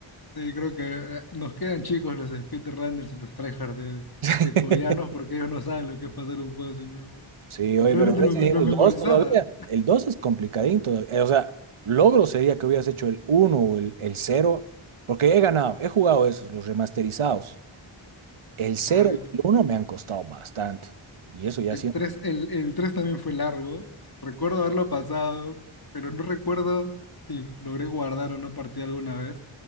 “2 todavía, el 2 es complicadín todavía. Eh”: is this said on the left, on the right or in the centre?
Right